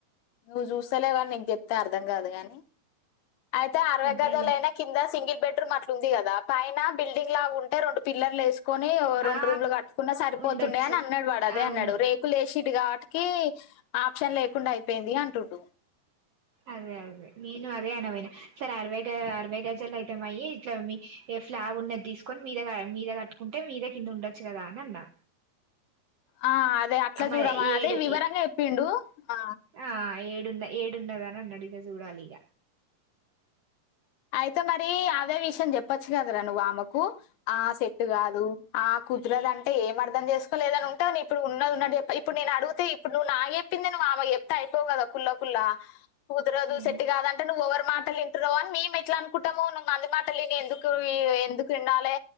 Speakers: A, on the left; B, on the right.
A: నువ్వు చూస్తలే గాని నీకు చెప్తే అర్థం కాదు గాని అయితే అరగజాలేనా
B: అదేలే
A: కింద సింగిల్ బెడ్రూమ్ అట్లా ఉందిగా పైన బిల్డింగ్ లా ఉంటే రెండు పిల్లర్లు వేసుకుంటే కొని రెండు
B: ఆ
A: రూములు కట్టుకున్నా సరిపోతుండే
B: ఉండొచ్చు
A: అని అన్నాడు వాడు అదే
B: అవును
A: అన్నాడు రేకు ఇప్పుడు లేసిండు కాబట్టికి ఆప్షన్ లేకుండా అయిపోయింది అంటుండు
B: అదే అదే నేను అదే అనబోయినా సరె అరవై గజాలు అరవై గజాలు అయితే మాయ్యి ఇట్లా మీ ఏ ఫ్లాగ్ ఉన్నది తీసుకొని మీద మీద కట్టుకుంటే మీద కింద ఉండొచ్చు కదా అని అన్నా
A: ఆ అదే అట్లా
B: అమ్మ
A: చూడమా
B: ఏడు
A: అదే వివరంగా చెప్పిండు ఆ
B: ఆ ఏడున్న ఏడున్నదానా అనడు ఇగ చూడాలీగ
A: అయితే మరి అదే విషయం చెప్పొచ్చు కదరా నువ్వు ఆమెకు కు ఆ సెట్ కాదు ఆ కుదురదు అనికు అంట ఏంమర్థం చేసుకోలేదనింటంది అని ఇప్పుడు ఏం అర్థం చేసుకున్నలే ఏదైనా ఉంటే ఉన్నదిఉన్నది చెప్పితే ఇప్పుడు నేను అడిగితే ఇప్పుడు నువ్వు నాకు చెప్పింది నువ్ ఆమెకు చెప్పితే అయిపోవు కదా కుల కుల కుదరదు
B: ఉమ్
A: సేట్ కాదంటే నువ్వు ఎవరి మాటలు ఇంటునవు అని మేము ఎట్లా అనుకుంటాము నువ్వు మంది మాటలు విని ఎందుకు ఎందుకు ఉండాలి